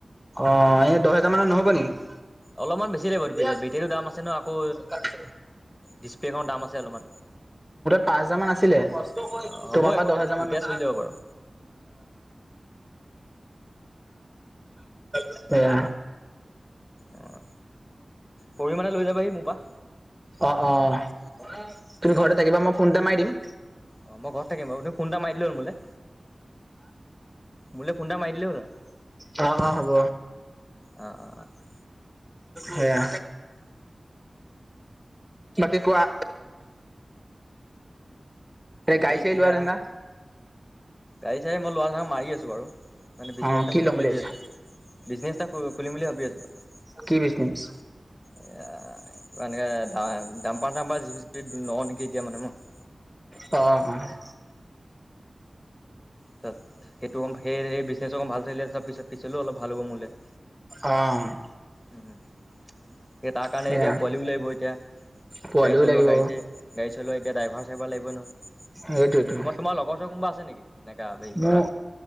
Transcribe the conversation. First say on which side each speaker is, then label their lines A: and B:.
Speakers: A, in the centre; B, on the left.
A: অ' এই দহ হেজাৰ মানৰ নহ'ব নেকি? <unintelligible>
B: অলপমান বেছি লাগিব
A: মোৰ
B: বেটেৰীটো দাম আছে ন আকৌ
A: তাত
B: ডিচপ্লেখনৰ দাম আছে অলপমান
A: পাঁচ হোজাৰ মান আছিলে,
B: অ হ'ব
A: তোমাৰপা
B: একো
A: দহ
B: নাই
A: হোজাৰ
B: তেতিয়া
A: মান অ'
B: চলি যাব বাৰু
A: সেয়া
B: অ' পৰহি মানে লৈ যাবাহি মোৰপা।
A: অ', অ' তুমি
B: অ
A: ঘৰতে থাকিবা মই ফোন এটা মাৰি দিম।
B: অ' মই ঘৰত থাকিম, ফোন এটা মাৰি দিলেই হ'ল মোলে। মুলে ফোন এটা মাৰি দিলেই হ'ল আৰু।
A: অ অ হ'ব।
B: অ অ বাকী
A: হেয়া। বাকী কোৱা? এ, গাড়ী
B: এতিয়া
A: চাৰি লোৱাৰ ধান্দা?
B: গাড়ী চাই মই লোৱা নাই, মাৰি আছোঁ বাৰু, বিজছ
A: অ
B: এটা
A: কি
B: খুলিম
A: ল'ম
B: বুলি ভাবি
A: ভাবিছা
B: আছো। বিজনেছ এটা কৰিম বুলি ভাবি আছো মানে।
A: কি বিজনেছ?
B: এ, এনেকে দা-ডাম্পাৰ চাম্পাৰ, জিচিপি চিজিপি লওঁ নেকি, এতিয়া মানে মই
A: অ', অ'।
B: তাৰিছত সেইটো সেই বিজনেছ অকন ভাল চলিলে, ত' পিছত পিছলেও অলপ ভাল হ'ব মোলে।
A: অ'।
B: উম। এ, তাৰ কাৰণে
A: সেয়া
B: এতিয়া পোৱালিও লাগিব এতিয়া,
A: পোৱালিও
B: গাড়ী চলোৱা
A: লাগিব
B: গাড়ী চাৰি গাড়ী চলোৱা এতিয়া ড্ৰাইভাৰ চাইভাৰ লাগিব নহয়।
A: সেইটোৱেতো
B: তোমাৰ তোমাৰ লগৰ চৰ কোনোবা আছে নেকি? এনেকা হেৰি
A: মোৰ,
B: কৰা